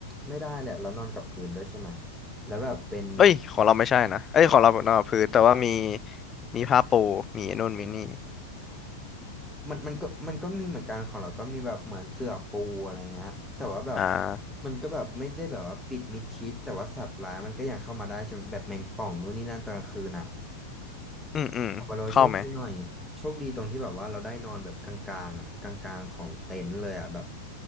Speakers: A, in the centre; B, on the left (about 25°).
A: ไม่ได้แหละแล้วนอนกับพื้นด้วยใช่ไหมแล้วแบบเป็น
B: เอ้ยของเราไม่ใช่นะเอ้ยของเรานอนพื้นแต่ว่ามีมีผ้าปูมีไอ้นู่นมีนี่
A: มันมันก็มันก็มีเหมือนกันของเราก็มีแบบเหมือนเสื่อปูอะไรเงี้ยแต่ว่าแบบ
B: อ่า
A: มันก็แบบไม่ได้แบบว่าปิดมิดชิดแต่ว่าสัตว์ร้ายมันก็ยังเข้ามาได้ใช่ไหมแบบแมงป่องนู่นนี่นั่นตอนกลางคืนอะ
B: อืมอืมเข้าไหม
A: แต่ว่าเราโชคดีหน่อยโชคดีตรงที่แบบว่าเราได้นอนแบบกลางๆอ่ะกลางๆของเต็นท์เลยอ่ะแบบ